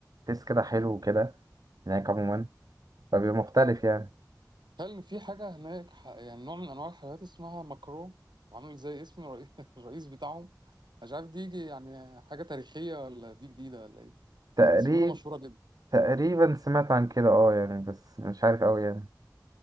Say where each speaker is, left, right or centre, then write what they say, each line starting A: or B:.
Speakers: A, on the right; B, on the right.
A: تحس كده حلو وكده هناك عموما فبيبقى مختلف يعني
B: هل في حاجة هناك ح... يعني نوع من أنواع الحلويات اسمها مكرون عامل زي اسم الرئي- <laughs> الرئيس بتاعهم مش عارف دي يجي يعني حاجة تاريخية ولا دي جديدة ولا إيه
A: تقريب
B: بس بيقولوا مشهورة جدا
A: تقريبا سمعت عن كده اه يعني بس مش عارف قوي يعني